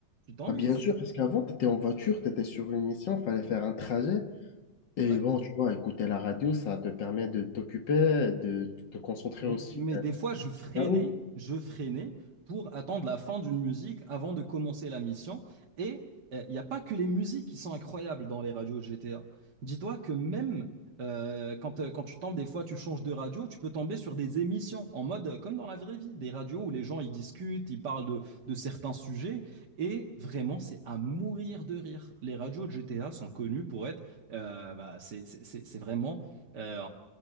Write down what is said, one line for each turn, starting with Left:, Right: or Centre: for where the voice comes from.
Right: Tu t'ennuies.
Left: Bah, bien
Right: C'est...
Left: sûr, parce qu'avant, tu étais en voiture, tu étais sur une mission, fallait faire un trajet. Et
Right: Ouais.
Left: bon, tu vois, écouter la radio, ça te permet de t'occuper, de te concentrer
Right: Mais,
Left: aussi.
Right: mais
Left: euh,
Right: des fois, je freinais,
Left: sur la route.
Right: je freinais pour attendre la fin d'une musique avant de commencer la mission. Et eh, il n'y a pas que les musiques qui sont incroyables dans les radios GTA. Dis-toi que même euh, quand, euh, quand tu tombes, des fois, tu changes de radio, tu peux tomber sur des émissions en mode euh, comme dans la vraie vie, des radios où les gens ils discutent, ils parlent de, de certains sujets. Et vraiment, c'est à mourir de rire. Les radios de GTA sont connues pour être, euh, bah, c'est c'est- c'est- c'est vraiment euh,